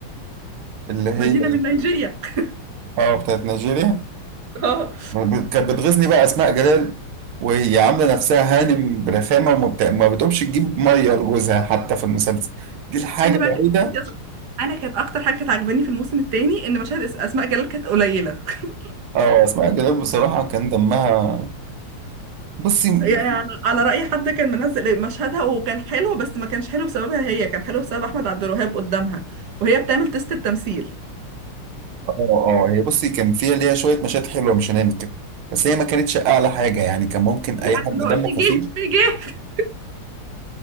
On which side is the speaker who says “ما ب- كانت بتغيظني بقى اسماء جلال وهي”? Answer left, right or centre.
Right